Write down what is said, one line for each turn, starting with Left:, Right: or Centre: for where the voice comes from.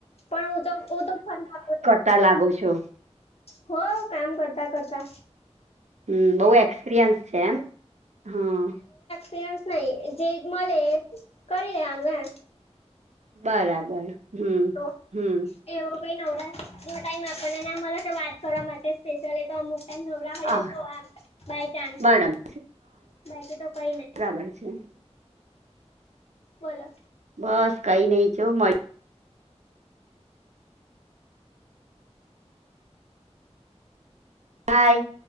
Left: પણ હું તો હ તો ફતો.
Right: તા લાગો છો.
Left: હો કામ કરતા કરતા.
Right: હમ બહુ એક્સપિરયન્સ છે એમ? હમ.
Left: એપિરયન્સ નહી. જે મ કરી લેવાનું. એમ
Right: બરાબર હમ
Left: તો
Right: હમ!
Left: એવો કઈ નવરા નો ટાઈમ આપણને ના મલે તો વાત કરવા માટે, સ્પેશિયલ એ તો અમુક ટાઈમ નવ.
Right: હા
Left: ઈએ તો આમ બાયચાન્સ.
Right: બરાબર
Left: બાકી તો કઈ નહી.
Right: હોય છે.
Left: બોલો.
Right: બસ કઈ નઈ છ મળ હાય